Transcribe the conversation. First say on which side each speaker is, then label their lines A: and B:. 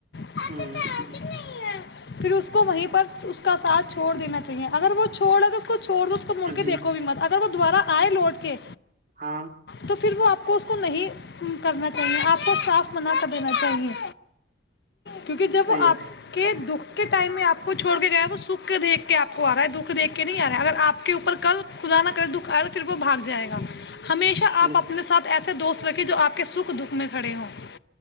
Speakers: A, on the left; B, on the right.
A: ا
B: ہ
A: کی نہیں ہے پھر اس کو وہیں پ اس کا ساتھ چھوڑ دین چاہیے ہیں اگر وہ چوڑے تو اس کو چھڑ دو اس کو مڑ کے
B: جی
A: دیکو بھی مت وہ دوبارہ آئے لوٹ کے
B: ہاں
A: تو پھر وہپ آ کو اس کو نہیں کرنا چاہیے آپ کو صاف مناعفع دین چاہیے کیونکہ جب
B: صحیح
A: وہ
B: ہے
A: آپ کے دکھ کے ٹائم میں آپ کو چھڑ کے گا ہے وہ سکھ دیکھ کے آپ کو آ رہا ہے دکھ دھ کے نہیں آ رہا ہے اگر آ کے اوپر کل خدا نہ کرے دکھ آ رہا پھر وہ بھاگ جائے گا ہمیشہ
B: بالکل
A: آپ اپنے ساتھ ایسا دوست رکھے جو آپ کے سکھ دکھ میں کھڑے ہوں